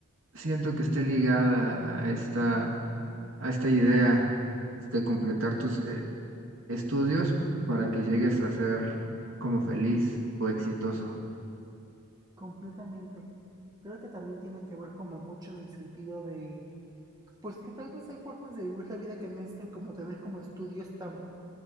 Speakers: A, on the right (about 65°); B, on the right (about 15°).
A: siento que esté ligada a esta, a esta idea de completar tus, eh, estudios para que llegues a ser como feliz o exitoso.
B: Completamente. Creo que también tiene que ver como mucho en el sentido de Pues que tal vez hay formas de vivir la vida que no necesitan como tener como estudios tan